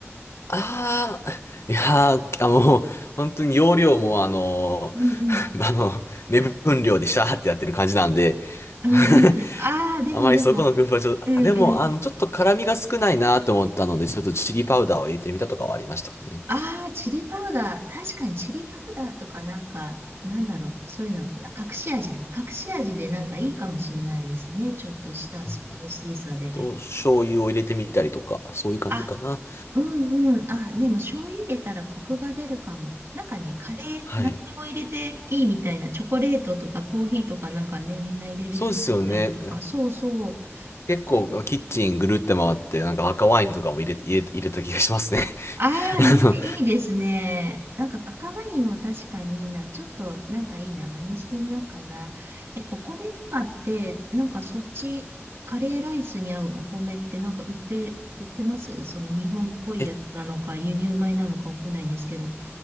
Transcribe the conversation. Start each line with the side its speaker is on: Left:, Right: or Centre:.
Left: ああ、いやー、あもう、本当に容量も、あの
Right: うんうん。
Left: ー <laughs> あの、目分量でシャーってやってる感じなんで、
Right: うんうん。
Left: <laughs>
Right: ああ、でもでも。
Left: あまりそこの工夫はちょっと、
Right: うんうん。
Left: でも、あの、ちょっと辛みが少ないなと思ったので、ちょっとチリパウダーを入れてみたとかはありましたかね。
Right: ああ、チリパウダー。確かにチリパウダーとかなんか、なんだろう。そういうの、あ、隠し味だ。隠し味でなんかいいかもしれないですね。ちょっとしたスパイシーさで。
Left: そういう感じあと、醤油を入れてみたりとか、そういう感じかな。
Right: あ、うんうん。あ、でも醤油入れたらコクが出るかも。なんかね、カレー、
Left: はい。
Right: 何でも入れていいみたいな。チョコレートとかコーヒーとかなんかね、みんな入れる人いたりとか。
Left: そうですよね。
Right: そうそ
Left: 結構、
Right: う。
Left: キッチンぐるって回って、なんか赤ワインとかも入れ、入れ、入れた気がしますね。
Right: ああね、
Left: <laughs> あの
Right: いいですね。なんか赤ワインも確かにいいな。ちょっとなんかいいな。真似してみようかな。え、お米とかって、なんかそっち、カレーライスに合うお米ってなんか売って、売ってますその日本っぽいやつなのか、
Left: えっ
Right: 輸入米なのかわかんないんですけど。